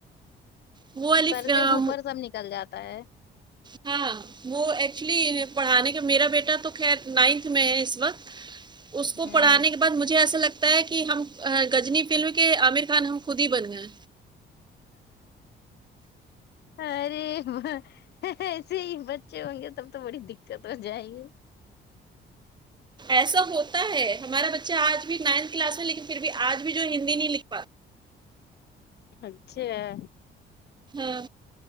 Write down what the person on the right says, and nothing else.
وہ والی
آم،
ہاں ہاں وہ ایکچولی پڑھانے کا میرا بیٹا تو خیر نائنتھ میں ہے اس وقت اس کو
پڑھانے مجھے ایسا لگتا ہے کہ ہم ا گجنی فلم کے عامر خان ہم خود ہی بن گئے
ایسا ہوتا ہے ہمارا بچہ آج بھی نائنتھ کلاس میں لیکن پھر بھی آج بھی جو ہندی نہیں لکھ پات
ہاں